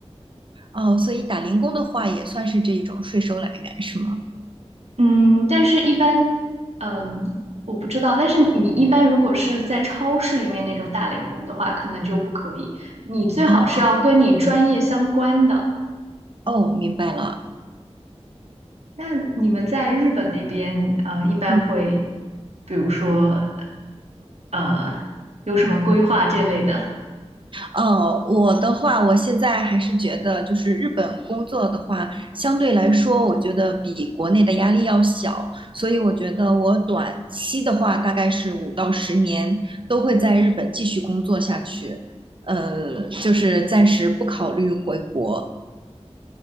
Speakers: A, on the right (about 50°); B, on the right (about 70°).
A: 哦，所以打零工的话，也算是这一种税收来源，是吗？
B: 嗯，但是一般，嗯，我不知道。但是你一般如果是在超市里面那种打零工的话，可能就不可以。你最好是要跟你专业相关的。
A: 哦哦，明白了。
B: 那你们在日本那边，呃，一般会，
A: 嗯。
B: 比如说，呃，有什么规划这类的？
A: 哦，我的话，我现在还是觉得，就是日本工作的话，相对来说，我觉得比国内的压力要小，所以我觉得我短期的话，大概是五到十年都会在日本继续工作下去，呃，就是暂时不考虑回国。